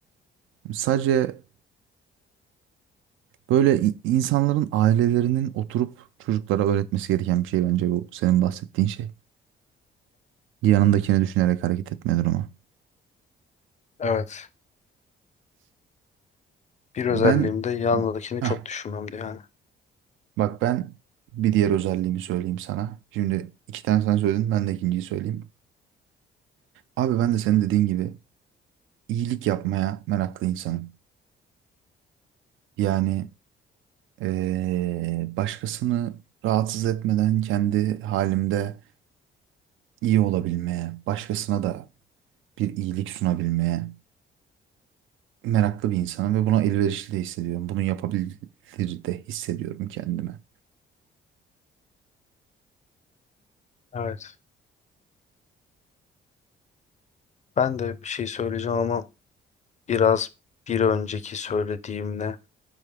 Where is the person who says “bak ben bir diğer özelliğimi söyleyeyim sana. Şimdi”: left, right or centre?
Right